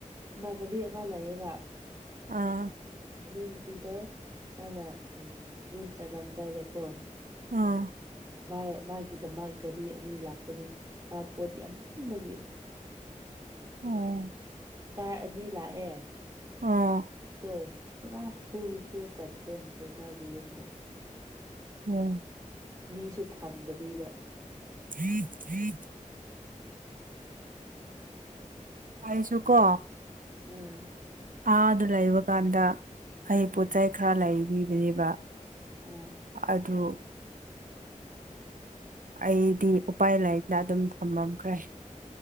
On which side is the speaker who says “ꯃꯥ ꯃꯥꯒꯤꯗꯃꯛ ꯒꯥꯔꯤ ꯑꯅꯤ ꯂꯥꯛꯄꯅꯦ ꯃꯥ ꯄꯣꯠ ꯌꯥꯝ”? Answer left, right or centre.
Right